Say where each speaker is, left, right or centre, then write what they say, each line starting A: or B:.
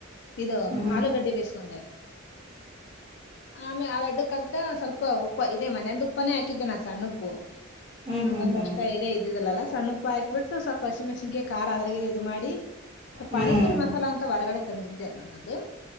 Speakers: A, on the left; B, on the right.
A: ಇದು
B: ಹ್ಮ್
A: ಆಲೂಗಡ್ಡಿ
B: ಹ್ಮ್
A: ಬೇಿಸಕೊಂಡೆ ಆಮೇ ಆ ವಡ್ಡ ಕಲ್ತ ಸ್ವಲ್ಪ ಉಪ್ಪ ಇದೆ ಮನೆಯಂದ ಉಪ್ಪಾನೇ ಹಾಕಿದ್ದೆ ನಾ ಸಣ್ಣ ಉಪ್ಪು
B: ಹ್ಮ್
A: ಹಂಗೊಂದ್
B: ಹ್ಮ್ ಹ್ಮ್
A: ಅಷ್ಟ ಎಡ ಇದ್ದಿದಲ್ಲಲ್ಲಾ ಸಣ್ಣ ಉಪ್ಪ ಹಾಕ್ಬಿಟ್ಟು ಸ್ವಲ್ಪ ಹಸಿ ಮೆಣಸಿಿಗೆ ಾರ ಅದ್ರಾಗ ಇದು ಮಾಡಿ ಸ್ವಲ್
B: ಹ್ಮ್
A: ಪಿಪುರಿ ಮಸಾಲಾ ಅಂತ ಹೊರಗಡೆ ತಂದಿದ್ದೆ ಅನ್ನೋದು